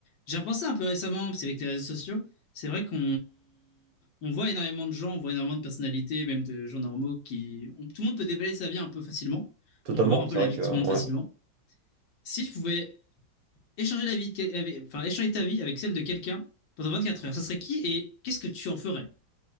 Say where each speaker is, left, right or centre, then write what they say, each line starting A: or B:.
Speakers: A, on the left; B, on the right.
A: J'ai repensé un peu récemment, parce qu'avec les réseaux sociaux, c'est vrai qu'on on voit énormément de gens, on voit énormément de personnalités, même de gens normaux qui. on- tout le monde peut déballer sa vie un peu facilement.
B: Totalement,
A: On peut voir un
B: c'est
A: peu la
B: vrai
A: vie
B: que
A: de tout le monde
B: ouais.
A: facilement. Si tu pouvais échanger la vie de quel- avec- enfin, échanger ta vie avec celle de quelqu'un pendant 24 heures, ça serait qui et qu'est-ce que tu en ferais?